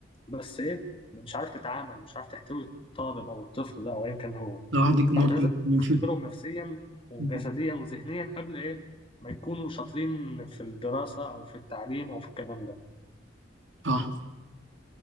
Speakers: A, on the left; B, on the right.
A: بس إيه مش عارف تتعامل مش عارف تحتوي الطالب أو الطفل ده أو أيا كان هو
B: لو واحد يجيب نقطة
A: فإحنا لازم
B: من
A: نختبرهم
B: فين
A: نفسيا وجسديا
B: مم.
A: وذهنيا قبل إيه ما يكونوا شاطرين في الدراسة أو في التعليم أو في الكلام ده
B: صح